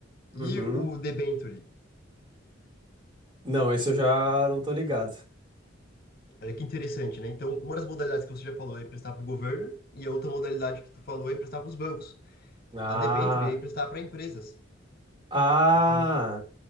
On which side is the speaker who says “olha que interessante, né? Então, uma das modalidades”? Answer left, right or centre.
Left